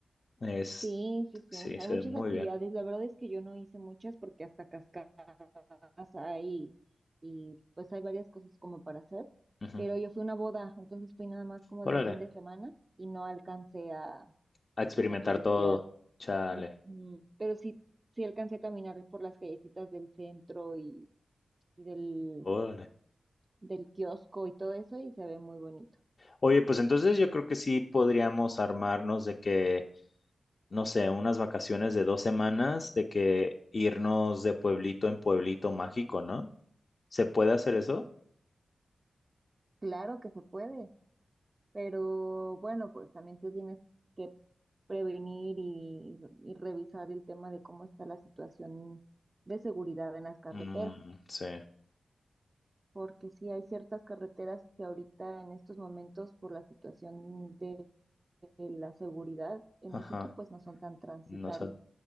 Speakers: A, on the left; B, on the right.
A: Es,
B: Sí, sí, sí,
A: sí,
B: hay
A: se
B: muchas
A: ve muy
B: actividades.
A: bien.
B: La verdad es que yo no hice muchas porque hasta cascadas hay y pues hay varias cosas como para hacer,
A: Ujú.
B: pero yo fui a una boda, entonces fui nada más como
A: Órale,
B: de un fin de semana y no alcancé a
A: a experimentar
B: pues a turistear
A: todo. Chale,
B: Ujú, Pero sí, sí alcancé a caminar por las callecitas del centro y, y del,
A: órale.
B: del kiosco y todo eso y se ve muy bonito.
A: Oye, pues entonces yo creo que sí podríamos armarnos de que, no sé, unas vacaciones de dos semanas, de que irnos de pueblito en pueblito mágico, ¿no? ¿Se puede hacer eso?
B: Claro que se puede, pero bueno, pues también te tienes que prevenir y, y revisar el tema de cómo está la situación de seguridad en las carreteras,
A: Mm, sí,
B: porque sí hay ciertas carreteras que ahorita en estos momentos por la situación de de la seguridad en
A: ajá.
B: México pues no son tan transitables.
A: No sé,